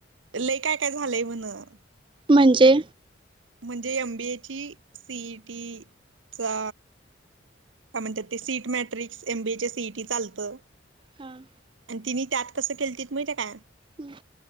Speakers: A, on the right; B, on the right.
A: लई काय काय झालंय म्हणं.
B: म्हणजे?
A: म्हणजे एम बी ए ची सी ई टी चा. काय म्हणतात ते seat matrix M B A ची सी ई टी चालतं.
B: हां.
A: आणि तिन्ही त्यात कसं केलीतीत माहितेय का?
B: हम्म.